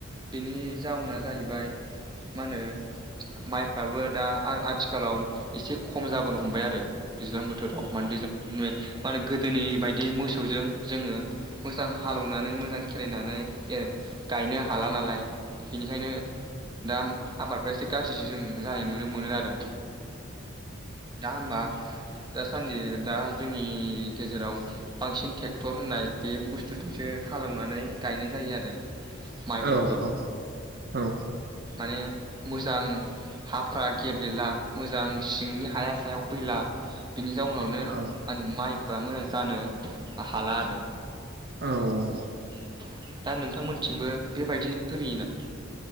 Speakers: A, on the right (about 20°); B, on the right (about 50°).
A: बिनि जाउना जाहैबाय मा होनो माइफ्राबो दा आ-आथिखालाव एसे खम जाबोनो हमबाय आरो। दैज्लां बोथोराव माने <unintelligible> दैज्लां बोथोरनि माने गोदोनि बायदि मोसौजों जोङो मोजां हालौनानै मोजां खेरायनानै गायनो हाला नालाय। बिनिखायनो दा आबादफ्रा एसे गाज्रिसो जों जानाय नुनो मोनो आरो। दा होमबा। दासान्दि दा जोंनि गेजेराव बांसिन टेक टर होननाय बे बुस्थुजोंसो हालेवनानै गायनाय जायो आरो। माइफोरखौ
B: औ औ
A: उम
B: औ।
A: माने मोजां हाफ्रा गेब्लेला मोजां सिंनि हाया सायाव फैला। बिनि जाउनावनो
B: औ
A: मा होनो माइ फ्रा मोजां जानो हाला आरो।
B: औ।
A: <unintelligible> दा नोंथांमोनथिंबो बेबायदिनो फोरियोना?